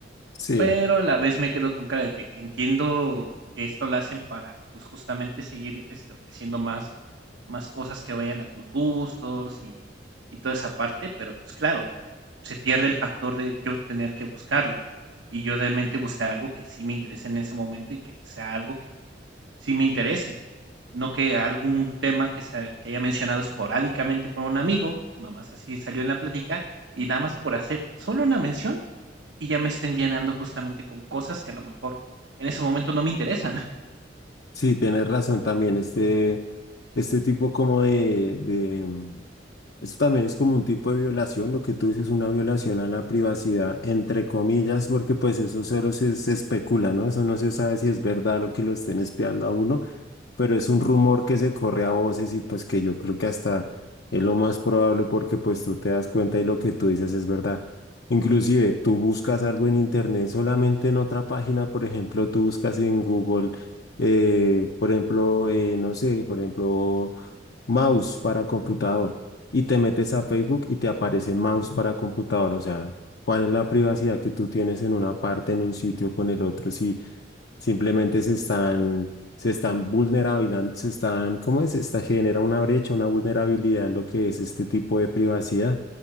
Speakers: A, on the left; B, on the right.
A: Sí,
B: pero a la vez me quedo con cara de que entiendo que esto lo hacen para, pues, justamente seguir, este, ofreciendo más más cosas que vayan a tus gustos y y toda esa parte, pero, pues, claro, se pierde el factor de yo tener que buscarlo, y yo realmente buscar algo que sí me interese en ese momento y que sea algo que sí me interese, no que algún tema que se que haya mencionado esporádicamente con un amigo, nada más así salió en la plática, y nada más por hacer solo una mención, y ya me estén llenando justamente con cosas que a lo mejor en ese momento no me interesan. <laughs>
A: sí, tienes razón también. Este, este tipo como de, de, mm, esto también es como un tipo de violación, lo que tú dices, una violación a la privacidad, entre comillas, porque pues eso cero se, se especula, ¿no? Eso no se sabe si es verdad lo que lo estén espiando a uno pero es un rumor que se corre a voces y pues que yo creo que hasta es lo más probable porque pues tú te das cuenta y lo que tú dices es verdad. Inclusive tú buscas algo en internet solamente en otra página, por ejemplo, tú buscas en Google, eh, por ejemplo, eh, no sé, por ejemplo, mouse para computador y te metes a Facebook y te aparece mouse para computador, o sea, ¿cuál es la privacidad que tú tienes en una parte, en un sitio con el otro? Si Simplemente se están, se están vulnerabilizando, se están, ¿cómo es? Esta genera una brecha, una vulnerabilidad en lo que es este tipo de privacidad,